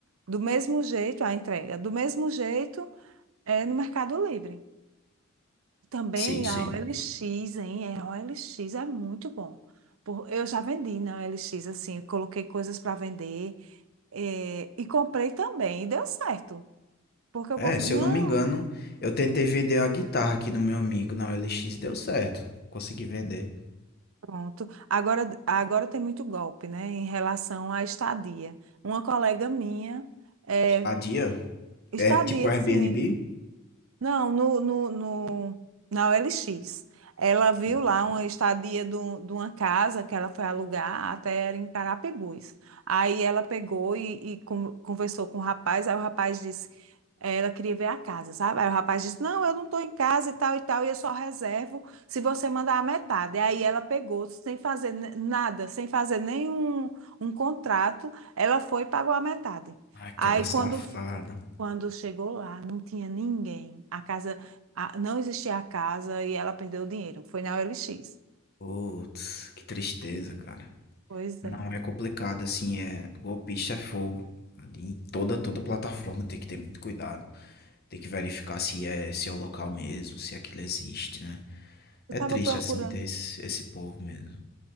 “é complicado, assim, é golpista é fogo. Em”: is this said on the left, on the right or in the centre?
Left